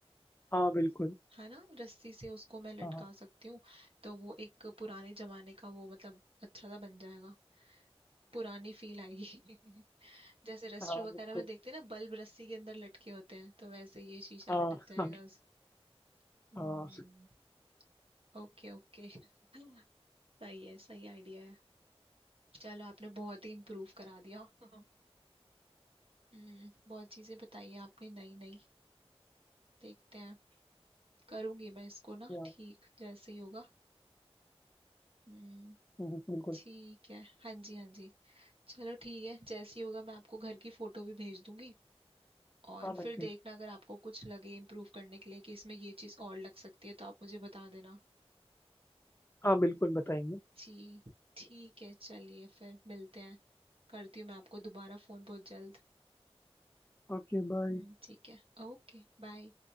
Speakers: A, on the left (about 20°); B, on the right (about 60°).
A: हाँ बिल्कुल
B: है ना रस्सी से उसको मैं लटका
A: हाँ
B: सकती हूँ तो वो एक पुराने जमाने का वो मतलब अच्छा सा बन जाएगा पुरानी फील आएगी <laughs> जैसे रेस्टोरेंट
A: हाँ हाँ बिल्कुल
B: वगैरह में देखते हैं ना बल्ब रस्सी के अंदर लटके होते हैं तो वैसे ये शीशा
A: हाँ
B: लटक जाएगा
A: हाँ
B: हम्म
A: हाँ
B: ओके ओके <laughs> सही है सही आइडिया है चलो आपने बहुत ही इम्प्रूव करा दिया <laughs> हम्म बहुत चीजें बताई हैं आपने नई नई देखते हैं करूंगी मैं इसको ना
A: या
B: ठीक जैसे ही होगा हम्म
A: हम्म, बिल्कुल
B: ठीक है हाँ जी हाँ जी चलो ठीक है जैसे ही होगा मैं आपको घर की फोटो भी भेज दूंगी और
A: हाँ
B: फिर
A: बिल्कुल
B: देखना अगर आपको कुछ लगे इम्प्रूव करने के लिए कि इसमें ये चीज और लग सकती है तो आप मुझे बता देना
A: हाँ बिल्कुल बताएंगे
B: जी ठीक है चलिए फिर मिलते हैं करती हूँ मैं आपको दोबारा फोन बहुत जल्द
A: Okay bye
B: हम्म ठीक है Okay bye